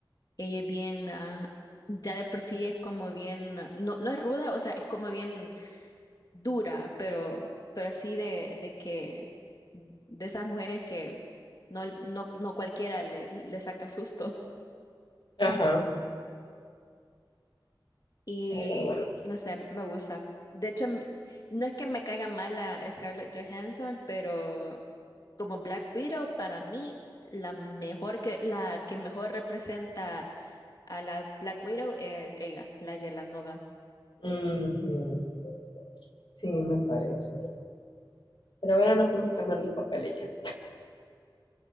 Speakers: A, on the left; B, on the left.
A: Ella es bien, ah, ya de por sí es como bien, ah, no, no es ruda, o sea, es como bien dura, pero, pero así de, de que, de esas mujeres que no, no, no cualquiera le, le saca susto.
B: ajá,
A: Y
B: pero bueno.
A: no sé, me gusta. De hecho, m- no es que me caiga mal la Scarlett Johansson, pero como Black Widow, para mí, la mejor que, la que mejor representa a las Black Widow es ella, la Yelanova.
B: ujú, Sí, me parece. Pero bueno, no podemos cambiar los papeles ya.